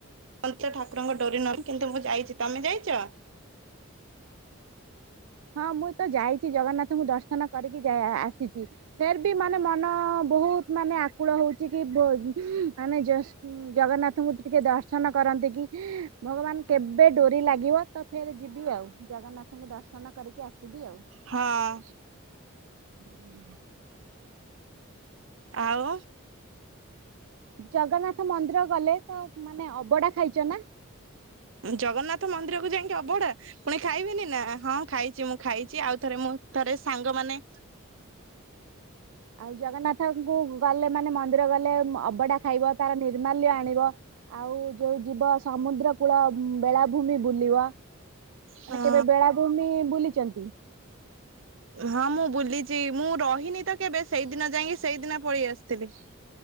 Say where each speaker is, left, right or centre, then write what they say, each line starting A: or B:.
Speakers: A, on the right (about 65°); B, on the right (about 80°).
A: ଅ ତ ଠାକୁରଙ୍କ ଡୋରି ନହିଁ କିନ୍ତୁ ମୁଁ ଯାଇଛି ତମେ ଯାଇଛ
B: ହଁ ମୁଁ ତ ଯାଇଛି ଜଗନ୍ନାଥଙ୍କୁ ଦର୍ଶନ କରିକି ଯାଇ ଆସିଛି। ଫେର୍ ବି ମାନେ ମନ ବହୁତ ମାନେ ଆକୁଳ ହଉଛି କି ମାନେ ଉଁ ଜଗନ୍ନାଥଙ୍କୁ ଟିକେ ଦର୍ଶନ କରନ୍ତି କି ଭଗବାନ କେବେ ଡୋରି ଲାଗିବ ତ ଫେର ଯିବି ଆଉ ଜଗନ୍ନାଥଙ୍କୁ ଦର୍ଶନ କରିକି ଆସିବି ଆଉ।
A: ହଁ
B: ହିଁ
A: ଆଉ
B: ଜଗନ୍ନାଥ ମନ୍ଦିର ଗଲେ ତ ମାନେ ଅବଢା ଖାଇଛ ନା
A: ଜଗନ୍ନାଥ ମନ୍ଦିର କୁ ଯାଇକି ଅବଢା ପୁଣି ଖାଇବୁନି ନା ହଁ ଖାଇଛି ମୁଁ। ଖାଇଛି ଆଉ ଥରେ ମୁଁ ଥରେ ସାଙ୍ଗମାନେ
B: ଆଉ ଜଗନ୍ନାଥଙ୍କୁ ଗଲେ ମାନେ ମନ୍ଦିର ଗଲେ ଅବଢା ଖାଇବ ତାର ନିର୍ମାଲ୍ୟ ଆଣିବ। ଆଉ ଯୋଉ ଯିବ ସମୁଦ୍ର କୂଳ ବେଳାଭୂମି ବୁଲିବ। ମାନେ
A: ହଁ
B: କେବେ ବେଳାଭୂମି ବୁଲିଛନ୍ତି?
A: ହଁ ମୁଁ ବୁଲିଛି ମୁଁ ରହିନି ତ କେବେ ସେଇଦିନ ଯାଇକି ସେଇଦିନ ପଳେଇ ଆସିଥିଲି।